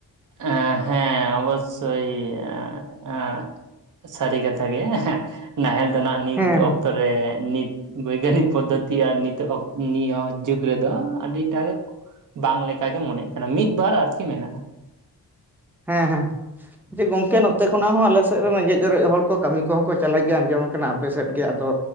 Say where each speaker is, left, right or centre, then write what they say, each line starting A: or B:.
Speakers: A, on the right; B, in the centre.
A: ᱮᱸ ᱦᱮᱸ ᱚᱵᱚᱥᱳᱭ <unintelligible> ᱥᱟᱹᱨᱤ ᱠᱟᱛᱷᱟ ᱜᱮ <unintelligible> ᱱᱟᱦᱮᱞ ᱫᱚ ᱦᱟᱜ ᱱᱤᱛ
B: ᱦᱮᱸ ᱦᱮᱸ
A: ᱚᱠᱛᱚ ᱨᱮ ᱱᱤᱛ ᱵᱳᱭᱜᱟᱱᱤᱠ ᱯᱚᱫᱽᱫᱷᱚᱛᱤ ᱟᱨ ᱱᱤᱛᱚᱜ ᱱᱤᱭᱟᱹ ᱡᱩᱜᱽ ᱨᱮᱫᱚ ᱟᱹᱰᱤᱴᱟᱜ ᱵᱟᱝ ᱞᱮᱠᱟᱜᱮ ᱢᱚᱱᱮᱜ ᱠᱟᱱᱟ ᱢᱤᱫᱵᱟᱨ ᱟᱨᱠᱤ ᱢᱮᱱᱟᱜᱼᱟ᱾
B: ᱦᱮᱸ ᱦᱮᱸ ᱡᱮ ᱜᱚᱝᱠᱮ ᱱᱚᱛᱮ ᱠᱷᱚᱱᱟᱜ ᱦᱚᱸ ᱟᱞᱮ ᱥᱮᱫ ᱨᱮᱱ ᱨᱮᱸᱜᱮᱡ ᱚᱨᱮᱡ ᱦᱚᱲ ᱠᱚ ᱠᱟᱹᱢᱤ ᱠᱚᱦᱚᱸ ᱠᱚ ᱪᱟᱞᱟᱜ ᱜᱮᱭᱟ ᱟᱸᱡᱚᱢ ᱠᱟᱱᱟ ᱟᱯᱮ ᱥᱮᱫ ᱜᱮ᱾ ᱟᱫᱚ